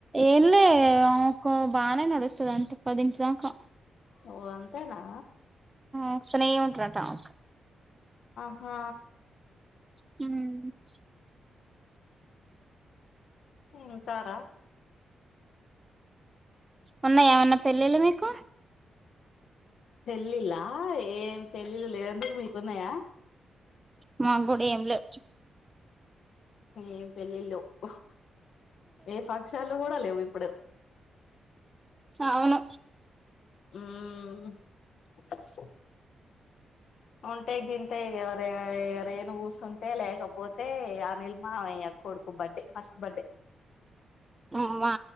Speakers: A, on the right; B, on the left.
A: ఏంలే అవకు బానే నడుస్తది అంత పదిటి దాకా
B: ఓ అంతేనా
A: ఓస్తానే ఉంటారటా ఆమెకు
B: హా
A: హ్మ్
B: ఇంకారా
A: ఉన్నాయా ఏమన్నా పెళ్ళిళ్లూ మీకు
B: పెళ్ళిళ్ళ ఏం పెళ్ళిళ్ళు లేవు ఎందుకు మీకున్నాయా
A: మా కూడ ఏం లేవ్
B: ఏం పెళ్ళిళ్ళు లేవ్ ఏ ఫంక్షన్లు కూడా లేవు ఇప్పుడు
A: అవును
B: ఉమ్ ఉంటే గింతే ఎవరే రేణు కుసుంటే లేకపో తే అనిల్ మామయ్య కొడుకు బర్త్డే ఫస్ట్ బర్డే
A: ఓ మా